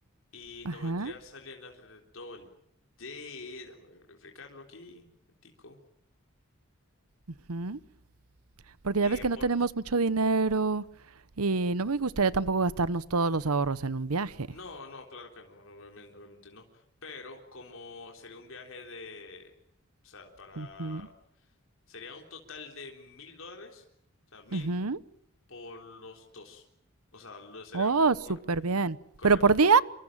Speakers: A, on the left; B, on the right.
A: y
B: Ajá.
A: nos vendría saliendo alrededor de... Déjame verificarlo aquí, un tico.
B: ujú. Porque
A: Eh,
B: ya ves que
A: por...
B: no tenemos mucho dinero y no me gustaría tampoco gastarnos todos los ahorros en un viaje.
A: No, no, claro que no, obviamente, obviamente no. Pero como sería un viaje de... O sea, para...
B: Ujú,
A: Sería un total de mil dólares, o sea, mil
B: ujú.
A: por los dos. O sea, lo sería
B: Oh,
A: por,
B: súper
A: por-
B: bien.
A: correcto,
B: ¿Pero por
A: por,
B: día?